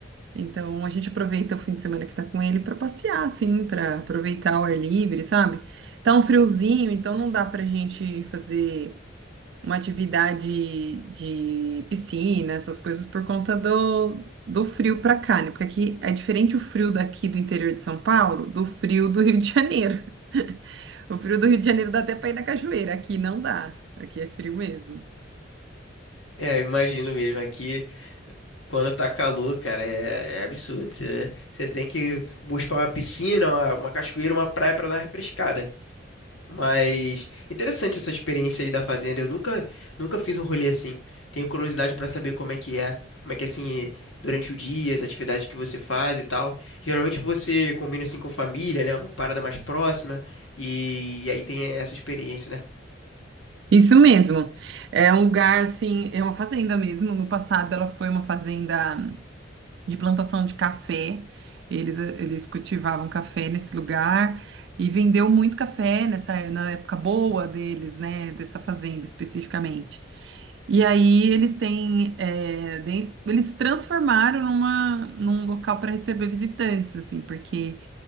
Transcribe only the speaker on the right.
Então a gente aproveita o fim de semana que tá com ele para passear, assim, para aproveitar o ar livre, sabe? Tá um friozinho, então não dá pra gente fazer uma atividade de piscina, essas coisas por conta do, do frio pra cá, né? Porque aqui é diferente o frio daqui do interior de São Paulo do frio do Rio de Janeiro. <laughs> O frio do Rio de Janeiro dá até para ir na cachoeira, aqui não dá. Aqui é frio mesmo.
Isso mesmo. É um lugar assim, é uma fazenda mesmo. No passado ela foi uma fazenda de plantação de café. Eles, eles cultivavam café nesse lugar e vendeu muito café nessa, na época boa deles, né? Dessa fazenda especificamente. E aí eles têm, é, de- eles transformaram numa, num local para receber visitantes, assim, porque